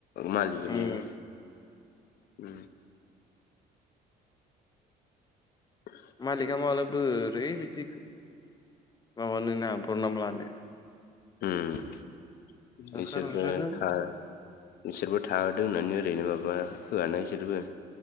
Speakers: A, on the left; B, on the left.
A: मालिकनिबो
B: उम
A: उ द
B: मालिका माब्ला बोरै बिदि माबानोना बरनाम लानो
A: उ
B: होखार
A: इसोरबो
B: हरजागोन
A: थार इसोरबो थादों होननानै ओरैनो माबा होआ ना इसोरबो